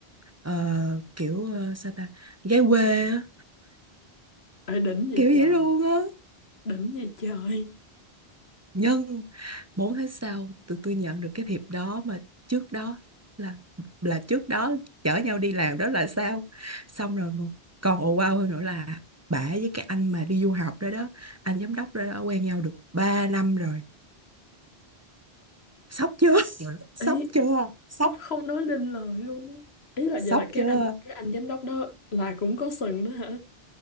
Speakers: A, on the right; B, on the left.
A: ờ, kiểu ờ, sao ta gái quê á,
B: Ê đỉnh vậy
A: kiểu
B: trời,
A: vậy luôn á
B: đỉnh vậy trời.
A: nhân 4 tháng sau tụi tôi nhận được cái thiệp đó mà trước đó là là trước đó chở nhau đi làm đó là sao xong rồi mà còn ồ wow hơn nữa là bả với cái anh mà đi du học đó đó anh giám đốc đó, đó quen nhau được 3 năm rồi sốc chưa Ừ. <laughs> sốc
B: Ý
A: chưa sốc
B: sắp không nói lên lời luôn á. Ý là
A: sốc
B: vậy là cái
A: chưa
B: anh cái anh giám đốc đó là cũng có sừng đó hả?